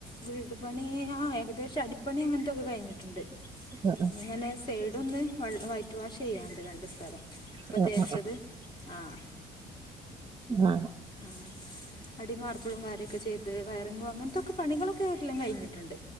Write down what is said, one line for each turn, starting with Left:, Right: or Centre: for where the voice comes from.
Left: വീട് പണി ആ ഏകദേശം അടിപ്പണി അങ്ങനത്തൊക്കെ കഴിഞ്ഞിട്ടിണ്ട്
Right: ആ അ
Left: അങ്ങനെ സൈഡൊന്ന് വൾ വൈറ്റ് വാഷ് ചെയ്യാനുണ്ട് രണ്ട് സ്ഥലം ഇപ്പ
Right: ആഹ്
Left: തേച്ചത്
Right: ആഹ്
Left: ആഹ
Right: ആഹ
Left: ആഹ്, അടിമാർബിളും കാര്യൊക്കെ ചെയ് അത് വയറിങ്ങോ അങ്ങൻത്തൊക്കേ പണികളൊക്കെ എല്ലാം കഴിഞ്ഞിട്ട്ണ്ട്